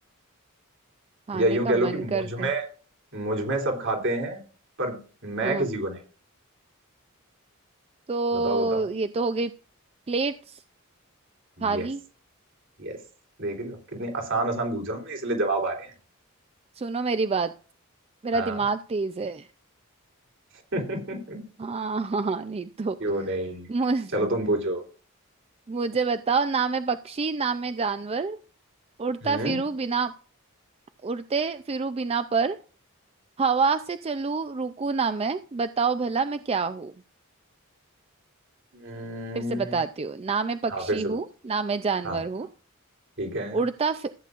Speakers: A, on the right (about 30°); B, on the right (about 60°).
A: खाने
B: या यूं कह
A: का
B: लो
A: मन
B: कि मुझ
A: करता
B: में
A: है
B: मुझ में सब खाते हैं पर मैं
A: हाँ हाँ।
B: किसी को नहीं
A: तो
B: बताओ बताओ
A: ये तो हो गई प्लेट्स थाली
B: Yes yes देख रही हो कितनी आसान आसान पूछ रहा हूँ मैं इसलिए जवाब आ रहे हैं
A: सुनो मेरी बात मेरा
B: हाँ
A: दिमाग तेज है
B: <laughs>
A: हाँ <laughs> हाँ हाँ, नहीं तो
B: क्यों नहीं
A: मुझे
B: चलो तुम पूछो
A: मुझे बताओ ना मैं पक्षी ना मैं जानवर उड़ता
B: हम्म
A: फिरू बिना उड़ते फिरू बिना पर हवा से चलू रुकू ना मैं बताओ भला मैं क्या हूँ
B: हम्म,
A: फिर से बताती हूँ ना मैं पक्षी
B: हाँ फिर से पूछो
A: हूँ ना मैं जानवर
B: हाँ
A: हूँ
B: ठीक है
A: उड़ता फि,